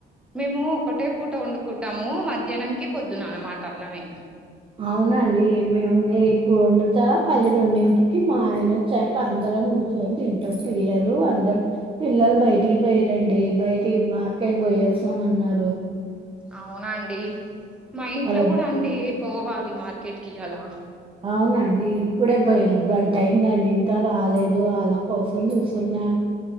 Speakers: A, in the centre; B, on the right.
A: మేము ఒకటే పూట వండుకుంటాము మధ్యాహ్నం కి పొద్దున అన్నమాట అన్నమే
B: అవునండి మేము ఇప్పుడు వండుతా పల్ల రెండింటికి మా ఆయన వచ్చాక అందరం కూర్చొని తింటాం పిల్లలు అందర పిల్లలు బయటికి పోయిరండి బయట మాకెట్ పోయి వచిన్నం అ
A: అవునాండి మా ఇంట్లో
B: వాళ్ళ
A: కూడా అండి పోవాలి మార్కెట్కి అలా
B: అవునండి ఇప్పుడే బయలు గంట అయిందండి ఇంకా రాలేదు వాళ్ళ కోసం చూస్తున్నా